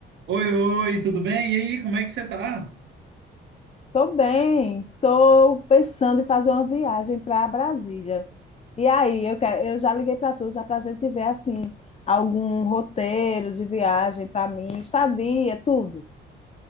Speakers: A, on the right; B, on the left.
A: Oi, oi, tudo bem? E aí, como é que você tá?
B: Tô bem, tô pensando em fazer uma viagem para Brasília. E aí, eu, que- eu já liguei para tu, já para a gente ver assim algum roteiro de viagem para mim, estadia, tudo.